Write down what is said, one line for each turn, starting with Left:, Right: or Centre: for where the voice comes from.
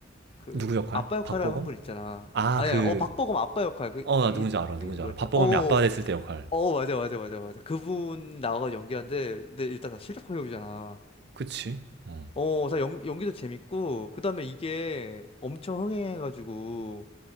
Left: 그
Right: 누구 역할?
Left: 아빠 역할
Right: 박보검?
Left: 하는 분 있잖아.
Right: 아,
Left: 아니야,
Right: 그,
Left: 어 박보검 아빠 역할 그
Right: 어, 나
Left: 이-
Right: 누군지 알아,
Left: 배우
Right: 누군지
Left: 이름 뭐였더라?
Right: 알아. 박보검이
Left: 어, 어,
Right: 아빠가 됐을 때 역할.
Left: 어 어, 맞아 맞아 맞아 맞아. 그분 나와가 연기한데, 근데 일단 다 실력 배우잖아.
Right: 그치? 어.
Left: 어, 다 연, 연기도 재밌고, 그다음에 이게 엄청 흥행해가지고